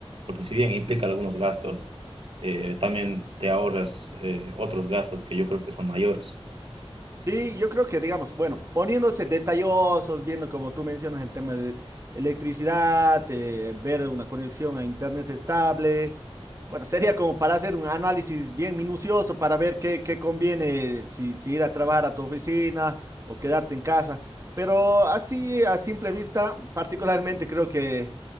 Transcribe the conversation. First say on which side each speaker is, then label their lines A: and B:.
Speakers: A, on the right (about 60°); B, on the right (about 30°).
A: Porque si bien implica algunos gastos, eh, también te ahorras eh, otros gastos que yo creo que son mayores.
B: Sí, yo creo que, digamos, bueno, poniéndose detallosos, viendo como tú mencionas el tema de electricidad, eh, ver una conexión a internet estable, bueno, <laughs> sería como para hacer un análisis bien minucioso para ver qué, qué conviene, si, si ir a trabajar a tu oficina o quedarte en casa. Pero así, a simple vista, particularmente creo que